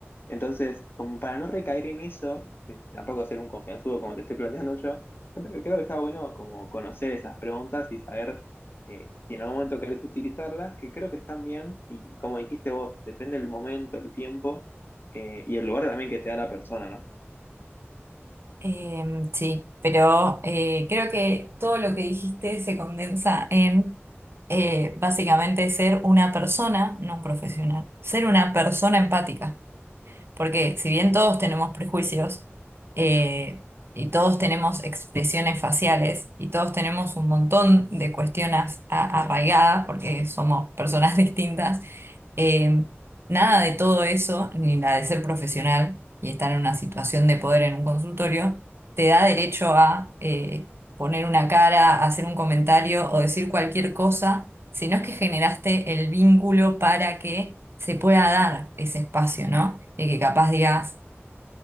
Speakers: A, on the left; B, on the right.
A: Entonces, como para no recaer en eso, tampoco ser un confianzudo como te estoy planteando yo, creo creo que está bueno como conocer esas preguntas y saber eh, si en algún momento querés utilizarlas, que creo que están bien y como dijiste vos, depende del momento, el tiempo eh, y el lugar también que te da la persona, ¿no?
B: Eh, sí, pero eh, creo que todo lo que dijiste se condensa en eh, básicamente ser una persona, no un profesional, ser una persona empática. Porque si bien todos tenemos prejuicios eh, y todos tenemos expresiones faciales y todos tenemos un montón de cuestiones a- arraigadas porque somos personas <laughs> distintas, eh, nada de todo eso, ni la de ser profesional y estar en una situación de poder en un consultorio, te da derecho a eh, poner una cara, hacer un comentario o decir cualquier cosa, sino es que generaste el vínculo para que se pueda dar ese espacio, ¿no? Y que capaz digas